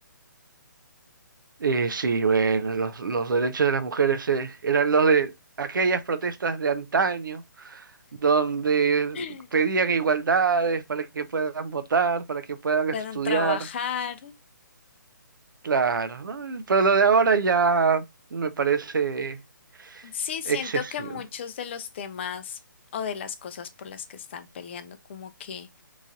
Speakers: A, on the right (about 75°); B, on the left (about 35°).
A: eh, sí, bueno, los, los derechos de las mujeres eh, eran los de aquellas protestas de antaño, donde
B: <gasps>
A: pedían igualdades para que puedan votar, para que puedan
B: Puedan
A: estudiar.
B: trabajar.
A: Claro, ¿no? Pero lo de ahora ya me parece
B: Sí, siento
A: excesivo.
B: que muchos de los temas o de las cosas por las que están peleando como que